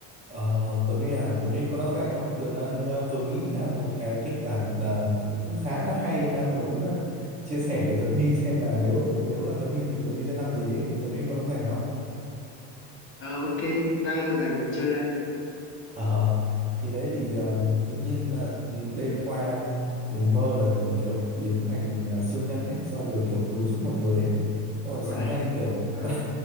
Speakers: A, on the right; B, on the left.
A: Ờ, Tuấn Huy à, Tuấn Huy có đang rảnh không? Tường đang ờ, vừa nghĩ ra một cái kịch bản ờ, cũng khá là hay đang muốn ờ, chia sẻ với Tuấn Huy xem là nếu nếu là Tuấn Huy thì Tuấn Huy sẽ làm gì ấy thì Tuấn Huy có đang rảnh không?
B: Ờ ok, đang ngồi rảnh ngồi chơi đây.
A: Ờ, thì đấy thì ờ, tự nhiên là đêm qua Tường mơ là Tường kiểu biến thành ờ, siêu nhân ấy xong rồi kiểu cứu giúp mọi người ấy xong rồi
B: Vậy.
A: sáng nay kiểu <laughs> vẫn,
B: À,